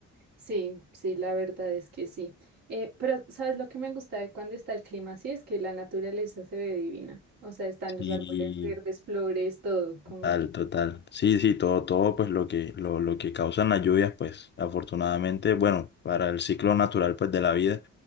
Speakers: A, on the right; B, on the left.
A: Sí, sí, la verdad es que sí. Eh, pero ¿sabes lo que me gusta de cuando está el clima así? Es que la naturaleza se ve divina. O sea, están
B: Sí.
A: los árboles verdes, flores, todo, como
B: Total,
A: que...
B: total. Sí, sí, todo, todo, pues lo que, lo, lo que causan las lluvias, pues afortunadamente, bueno, para el ciclo natural, pues de la vida,